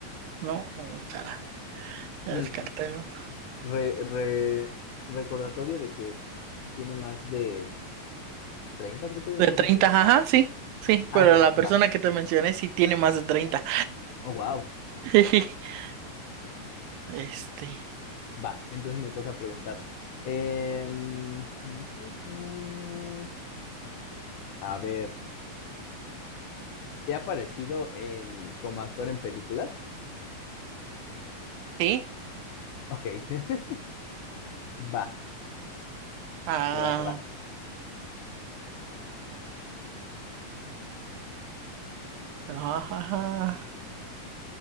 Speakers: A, on the right; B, on the left.
A: No, oh, cara, ya
B: Mm,
A: descarté. ¿no?
B: re- re- recordatorio de que tiene más de 30, creo que habíamos
A: De 30
B: dicho.
A: ajá, sí, sí,
B: Ah,
A: pero
B: ok,
A: la persona
B: va.
A: que te mencioné sí tiene más de treinta
B: Oh, wow,
A: <laughs> Este,
B: va. Entonces me toca preguntar. Em, ujú, ujú. a ver, ¿he aparecido en como actor en películas?
A: sí.
B: Ok, <laughs> va,
A: Ah,
B: te va, te va.
A: ajá. ajá.